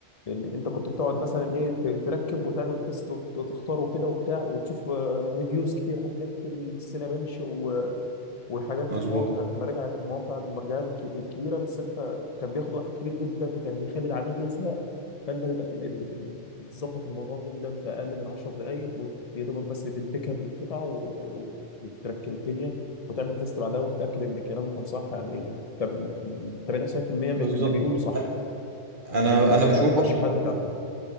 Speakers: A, on the left; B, on the right.
A: لان انت كنت بتقعد مثلا ايه ت- تركب وتعمل تيست وت- وتختاره كده وبتاع وتشوف ريفيوز كتير على النت السينابنش وحاجات
B: مظبوط
A: ومواقع مراجع مواقع المراجع الك- الكبيره بس انت كان بياخد وقت كبير جدا وكان بيخلي العميل يزهق فانت دلوقتي بقيت بت- بتظبط الموضوع جدا في اقل من 10 دقائق ويا دوبك بس بتبيك اب القطع و- وبتركب الدنيا وتعمل تيست بعدها وتتاكد ان كلامه كان صح يعني تم- 98% من
B: بالظبط
A: اللي بيقوله صح
B: انا انا
A: من
B: أنا
A: الترشيحات
B: بشوف برضو
A: بتاعته